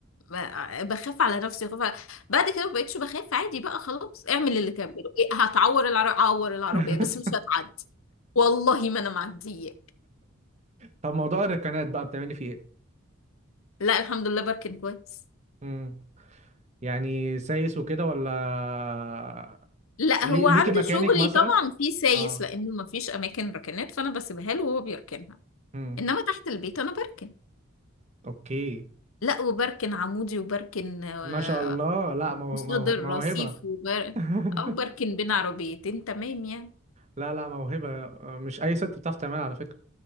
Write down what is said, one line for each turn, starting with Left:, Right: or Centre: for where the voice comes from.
Left: ب- بخاف على نفسي بخاف على... بعد كده ما بقتش بخاف عادي بقى خلاص اعمل اللي تعمله إيه هتعور العربية اعور العربية
Right: <laughs>
Left: بس مش هتعدي والله ما انا معدية
Right: طب موضوع الركنات بقى بتعملي فيه ايه
Left: لا الحمد لله بركن كويس
Right: امم يعني سايس وكده ولا
Left: لا
Right: لي...
Left: هو
Right: ليكي
Left: عنده
Right: مكانك
Left: شغلي
Right: مثلا
Left: طبعا في سايس
Right: اه
Left: لانه ما فيش اماكن ركنات فانا بسيبها له وهو بيركنها
Right: امم
Left: انما تحت البيت انا بركن
Right: اوكي
Left: لا وبركن عمودي وبركن آه،
Right: ما شاء الله لا مو...
Left: قصاد
Right: مو...
Left: الرصيف
Right: موهبة
Left: وبر
Right: <laughs>
Left: او بركن بين عربيتين تمام يعني
Right: لا لا موهبة مش اي ست بتعرف تعملها على فكرة